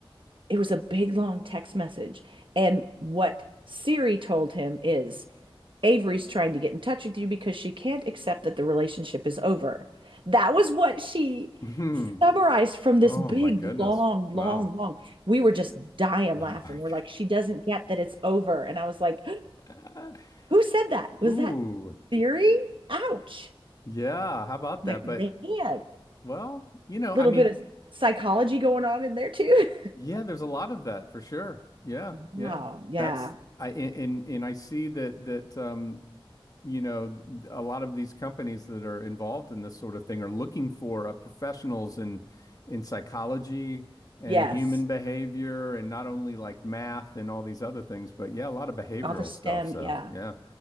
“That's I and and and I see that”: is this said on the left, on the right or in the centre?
Left